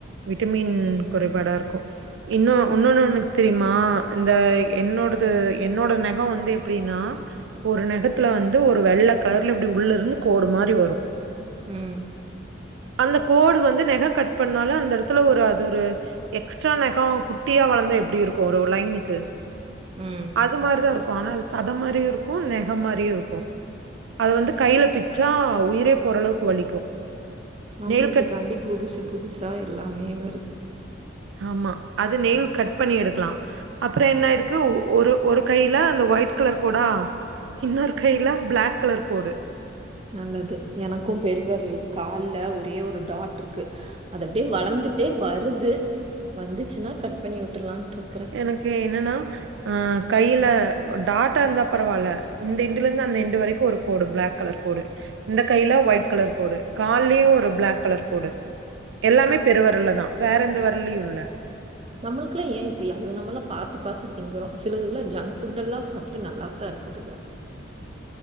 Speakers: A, on the right; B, on the right.
A: விட்டமின் குறைபாடா இருக்கு இன்னொ உன்னொன்னு உனுக்கு தெரியுமா இந்த என்னோடது என்னோட நெகோ வந்து எப்டின்னா ஒரு நெகத்துல வந்து ஒரு வெள்ள கலர்ல இப்டி உள்ள இருந்து கோடு மாரி வரு
B: ம்
A: அந்த கோடு வந்து நெக கட் பண்ணாலு அந்த எடத்துல ஒரு அது ஒரு எக்ஸ்ட்ரா நெகோ குட்டியா வளந்தா எப்டி இருக்கு ஒரு லைனுக்கு
B: ம்
A: அது மாதிரிதா இருக்கு ஆனா அது சதம் மாரியு இருக்கு நெக மாரியு இருக்கு அது வந்து கைல பிச்சா உயிரே போறளவுக்கு வலிக்கு
B: நம்மளுக்கு
A: நெயில் கட்
B: தாண்டி புதுசு புதுசா எல்லாமே வருது
A: ஆமா அது நெய்ல் கட் பண்ணி எடுக்கலா அப்புற என்ன ஆயிருக்கு ஒரு ஒரு கைல அந்த ஒயிட் கலர் கோடா இன்னொரு கைல ப்ளாக் கலர் கோடு
B: நல்லது எனக்கு பெருவெரல் கால்ல ஒரே ஒரு டாட்டிருக்கு அது அப்டியே வளந்துட்டே வருது வந்துச்சுனா கட் பண்ணி விட்ருல்லான்ட்ருக்கறே
A: எனக்கு என்னன்னா ஆ கைல டாட்டா இருந்தா பரவால்லா இந்த எண்டுலந்து அந்த எண்டு வரைக்கு ஒரு கோடு ப்ளாக் கலர் கோடு இந்த கையில ஒயிட் கலர் கோடு கால்லியு ஒரு ப்ளாக் கலர் கோடு எல்லாமே பெருவெரல்தா வேற எந்த வெரல்லயு இல்ல
B: நம்மளுக்குல்லா ஏ இப்டியாகுது நம்மல்லா பாத்து பாத்து திங்கிறோ சிலதுலங்னா ஜங்க் ஃபுட்டெல்லா சாப் ட்டு நல்லாத்தா இருக்குதுக